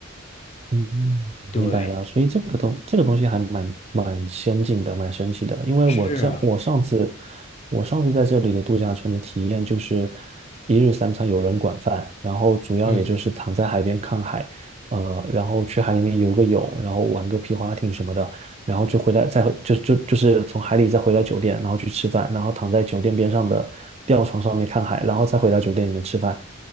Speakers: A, on the right; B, on the left.
A: 嗯，
B: 对，
A: 明白了，所以这个东这个东西还蛮蛮先进的，蛮神奇的。因为我这我上次
B: 是，
A: 我上次在这里的度假村的体验就是一日三餐有人管饭，然后主要也就是躺在海边看海，
B: 嗯，
A: 呃，然后去海里面游个泳，然后玩个皮划艇什么的，然后就回来再回就就就是从海里再回到酒店，然后去吃饭，然后躺在酒店边上的吊床上面看海，然后再回到酒店里面吃饭。